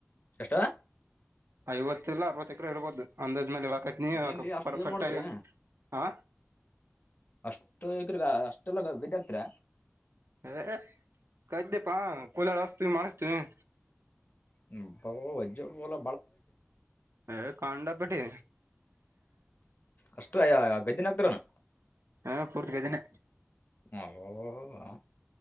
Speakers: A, on the left; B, on the right.
A: ಎಷ್ಟವ.
B: ಐವತ್ತ ಇಲ್ಲ ಅರವತ್ತ ಎಕಾ ಇರ್ಬೋದು ಅಂದಾಜ್ ಮೇಲೆ. ಕತ್ ನೀ
A: ಏನ್ಲಿ ಅಷ್ಟು
B: ಪರ್ಫೆಕ್ಟ್ಗ
A: ಏನು ಮಾಡ್ತೀರಿ
B: ಹಾ.
A: ಅಷ್ಟು ಎಕರೆಗ ಅಷ್ಟೆಲ್ಲ ಗದ್ದೆ ಆಕ್ತರ.
B: ಏ ಕಾಡ್ಡಿಪ ಕುಲ್ಲ ರಸ್ತು ಮಾಡಸ್ತನ್.
A: <unintelligible> ಒಲ
B: ಏ ಕಂಡಾಪಟ್ಟಿ.
A: ಅಷ್ಟು ಯ ಗದ್ದೆನಕ್ದ್ರನ
B: ಹಾ ಪೂರ್ತಿಗ್ದಿನ
A: ಹದಾ